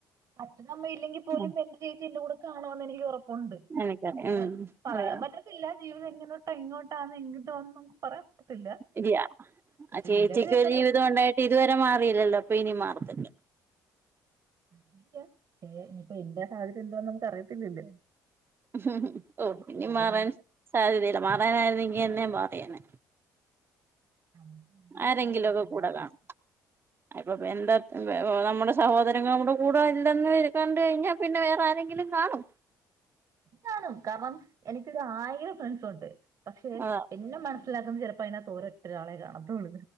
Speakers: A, on the right; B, on the right.
A: അച്ഛനും അമ്മയും ഇല്ലെങ്കി പോലും
B: ഉം
A: എന്റെചേച്ചി എന്റെ കൂടെ കാണൂന്ന് എനിക്ക് ഉറപ്പു ഉണ്ട്
B: എനിക്കറിയാം
A: പിന്നെ
B: ഉം
A: പറയാൻ
B: അതാ
A: പറ്റത്തില്ല ജീവിതം എങ്ങനോട്ടന്ന് എങ്ങോട്ടാന്ന് എങ്ങോട്ടാന്ന് നുക്ക് പറയാൻ പറ്റത്തില്ല
B: ഇല്യ
A: പക്ഷെ
B: ആ ചേച്ചിക്ക്
A: നിലവിൽ എന്തായാലും
B: ഒരു ജീവിതം ഉണ്ടായിട്ട് ഇതുവരെ മാറീല്ലല്ലോ അപ്പൊ ഇനി മാറത്തില്ല
A: അങ്ങനെ ഇല്യ ഏ ഇനിപ്പൊ എന്റെ സാഹചര്യം എന്തോന്ന് നമുക്ക് അറിയത്തില്ലല്ലോ
B: ഹും ഹും ഉ ഓ ഇനി
A: പോകുന്നിടത്ത്
B: മാറാൻ സാധ്യതയില്ല മാറാനായിരുന്നെങ്കിൽ എന്നേ മാറിയേനെ
A: നമുക്ക് ഒന്നും
B: ആരെങ്കിലൊക്കെ
A: പറയാൻ പറ്റത്തില്ല
B: കൂടെ
A: ആരുടെയും
B: കാണും അതിപ്പോ ബന്ധ നമ്മുടെ സഹോദരങ്ങളും കൂടെ ഇല്ലന്നു കണ്ടുകഴിഞ്ഞാപിന്നെ വേറെആരെങ്കിലും കാണും
A: കാണും കാരണം എനിക്കോരായിരം ഫ്രണ്ട്സ് ഉണ്ട് പക്ഷെ
B: അതാ
A: എന്നെ മനസി ലാക്കുന്നത് ചിലപ്പൊ അതിനകത്ത് ഒരൊറ്റൊരാളെ കാണത്തൊള്ളൂ